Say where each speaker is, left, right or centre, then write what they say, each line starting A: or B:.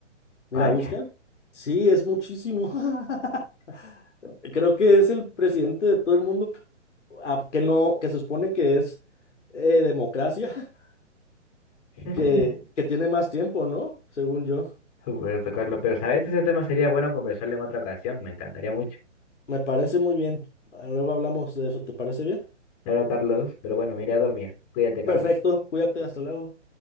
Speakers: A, on the left; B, on the left.
A: Mira,
B: Vaya.
A: busca. Sí, es muchísimo. <laughs> Creo que es el presidente de todo el mundo ah, que no, que se supone que es eh, democracia, <laughs>
B: <laughs>
A: que, que tiene más tiempo, ¿no? Según yo.
B: Supuesto, Carlos. Pero, ¿sabes? Ese tema sería bueno conversarlo en otra ocasión. Me encantaría mucho.
A: Me parece muy bien. Ah, Luego hablamos de eso, ¿te parece bien?
B: Claro, Carlos. Pero bueno, me iré a dormir. Cuídate, Carlos.
A: Perfecto, cuídate, hasta luego.